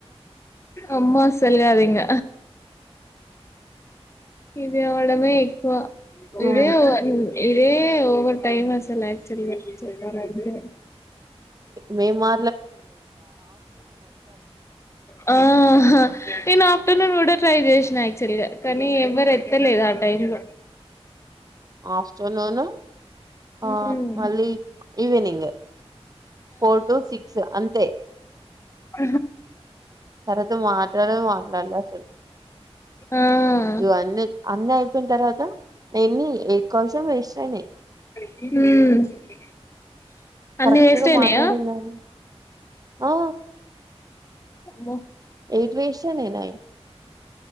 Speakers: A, on the left; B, on the right.
A: అమ్మా అస్సలు కాదింక ఇదవ్వడమే ఎక్ వ ఈడు
B: ఆ
A: ఇదే ఓవర్ టైమ్ అస్ అసలు యాక్చువల్గా చెప్పాలంటే
B: మేమా
A: ఆహా నేన <unintelligible> నేను కూడా ట్రై చేసిన యాక్చుల్గా కానీ ఎవరు ఎత్తలేదు ఆ టైమ్ లో
B: ఆఫ చ న అవును
A: ఉమ్.
B: ఆ అళ ఈవెనింగ్ ఫోర్ టు సిక్స్ అంతే
A: అ
B: తరత మా ఇ మానలాసలు
A: ఆ
B: ఇవ అన్న అన్నీ అయిపోయిన తర్వాత నేన్ని కోసం వేస్నే
A: హ అన్ని
B: కరెక్ట్
A: వేస్ట్
B: గా
A: అనియ
B: మాట్లాడిందాన్ని ఆ
A: మ
B: ఏ ట ఇషషనే నయి <unintelligible>